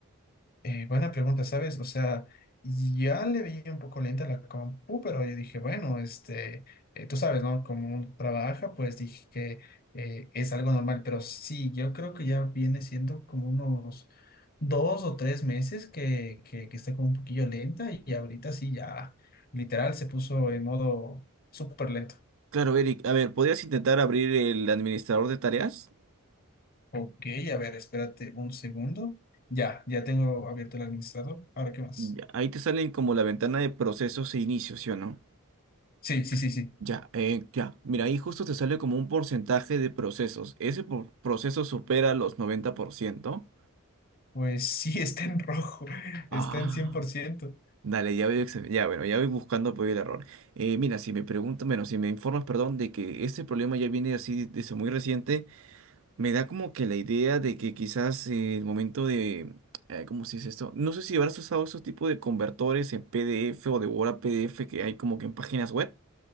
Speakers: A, on the left; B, on the right.
A: Eh, buena pregunta, ¿sabes? O sea, ya le veía un poco lenta la compu, pero yo dije, bueno, este, eh, tú sabes, ¿no? Como uno trabaja, pues dije, eh, es algo normal, pero sí, yo creo que ya viene siendo como unos dos o tres meses que, que, que está como un poquillo lenta y ahorita sí, ya literal se puso en modo súper lento.
B: Claro, Eric, a ver, ¿podrías intentar abrir el administrador de tareas?
A: Ok, a ver, espérate un segundo. Ya, ya tengo abierto el administrador. Ahora, ¿qué más?
B: Ya, Ahí te salen como la ventana de procesos e inicios, ¿sí o no?
A: Sí, sí, sí, sí.
B: Ya, eh, ya. Mira, ahí justo te sale como un porcentaje de procesos. Ese por- proceso supera los 90%.
A: Pues sí, <laughs> está en rojo,
B: Ah.
A: está en cien por ciento.
B: Dale, ya voy, exam- ya, bueno, ya voy buscando apoyo el error. Eh, mira, si me preguntas, bueno, si me informas, perdón, de que este problema ya viene así desde muy reciente, me da como que la idea de que quizás eh, el momento de, eh, ¿cómo se dice esto? No sé si habrás usado esos tipos de convertores en PDF o de Word a PDF que hay como que en páginas web.